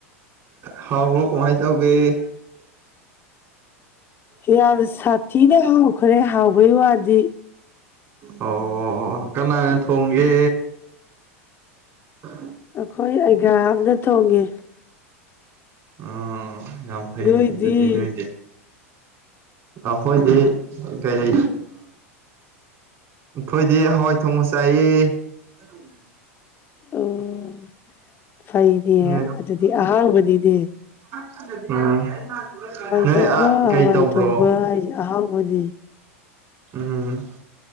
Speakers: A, on the right (about 45°); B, on the left (about 30°).
A: ꯍꯔꯕꯨꯔ ꯀꯃꯥꯏ ꯇꯥꯎꯒꯦ
B: ꯎꯝ ꯌꯥꯝ ꯌꯥꯝ ꯁꯥꯊꯤꯅ ꯍꯥꯎꯈ꯭ꯔꯦ ꯍꯥꯎꯕꯩ ꯋꯥꯗꯤ
A: ꯑꯣ ꯀꯅꯥꯅ ꯊꯣꯡꯒꯦ ꯍ
B: ꯑꯩꯈꯣꯏ ꯑꯩꯒꯥ ꯑꯃꯅ ꯊꯣꯡꯉꯦ
A: ꯑꯣ ꯌꯥꯝ ꯐꯩꯅꯦ
B: ꯅꯣꯏꯗꯤ
A: ꯑꯗꯨꯗꯤ ꯅꯣꯏꯗꯤ ꯑꯩꯈꯣꯏꯗꯤ ꯀꯩ ꯑꯩꯈꯣꯏꯗꯤ ꯍꯋꯥꯏ ꯊꯣꯡꯕ ꯆꯥꯏꯌꯦ ꯑꯗꯨ <inaudible>
B: ꯑꯣ ꯐꯩꯅꯦ
A: ꯎꯝ
B: ꯑꯗꯨꯗꯤ ꯑꯍꯥꯡꯕꯅꯤꯅꯦ
A: ꯎꯝ ꯅꯣꯏ
B: ꯊꯣꯡꯕ
A: ꯑꯥ
B: ꯍꯋꯥꯏ
A: ꯀꯩ ꯇꯧꯕ꯭ꯔꯣ
B: ꯊꯣꯡꯕ ꯍꯥꯏꯁꯦ ꯑꯍꯥꯎꯕꯅꯤ
A: ꯎꯝ